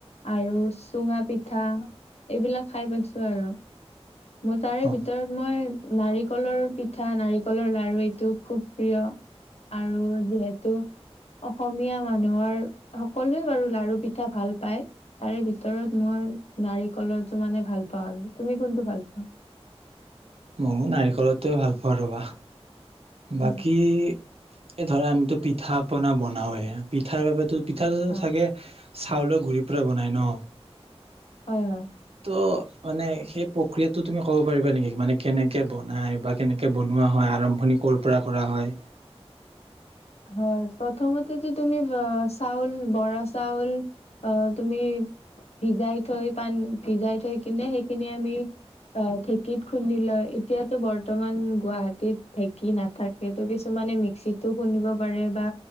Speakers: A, on the left (about 75°); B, on the right (about 65°).
A: আৰু চুঙা পিঠা এইবিলাক খাই পাইছো আৰু মোৰ তাৰে
B: অ
A: ভিতৰত মই নাৰিকলৰ পিঠা নাৰিকলৰ লাড়ু এইটো খুব প্ৰিয় আৰু যিহেতু অসমীয়া মানুহৰ সকলোৱে বাৰু লাড়ু পিঠা ভাল পায় তাৰে ভিতৰত মই নাৰি কলৰটো মানে ভাল পাও আৰু তুমি কোনটো ভাল পোৱা?
B: মও নাৰিকলতোৱে ভাল পাও ৰবা বাকী
A: উম
B: এই ধৰা আমিতো পিঠা পনা বনাওৱে পিঠাৰ । পিঠা
A: হয়
B: চাগে। চাউলৰ গুৰিৰ পৰা বনাই ন।
A: হয় হয়।
B: ত' মানে সেই প্ৰক্ৰিয়াতো তুমি ক'ব পাৰিবা নেকি? মানে, কেনেকৈ বনায় বা কেনেকৈ বনোৱা হয় আৰম্ভণি ক'ৰ পৰা কৰা হয়?
A: হয় প্ৰথমতেতো অহ তুমি চাউল বৰা চাউল অহ তুমি ভিজাই থৈ পানী ভিজাই থৈ কিনে সেইখিনি আমি ঢেঁকীত খুন্দি লয় এতিয়াতো বৰ্তমান গুৱাহাটীত ঢেকী নাথাকো কিছুমানে । ক্সীটো খুন্দিব <unintelligible> বা